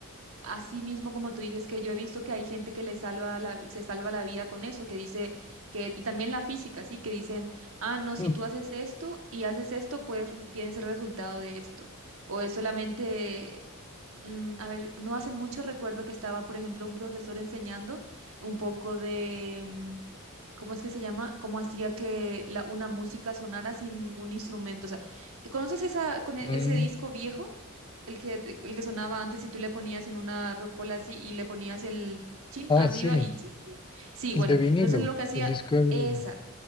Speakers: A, on the right (about 65°); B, on the left (about 20°).
A: Así mismo, como tú dices, que yo he visto que hay gente que le salva la, vi- se salva la vida con eso, que dice que, y también la física, sí, que dicen, ah, no, si
B: Mm.
A: tú haces esto y haces esto, pues tienes el resultado de esto. O es solamente mm, a ver, no hace mucho recuerdo que estaba, por ejemplo, un profesor enseñando un poco de, mm, ¿cómo es que se llama? Cómo hacía que la, una música sonara sin un instrumento. O sea, ¿conoces esa, con e-
B: Mm,
A: ese disco viejo? El que, te- el que sonaba antes y tú le ponías en una rocola así y le ponías el chin
B: Ah,
A: arriba
B: sí,
A: y chin. Sí,
B: el
A: bueno,
B: de vinilo,
A: entonces lo que hacía...
B: el disco de vinilo.
A: Esa,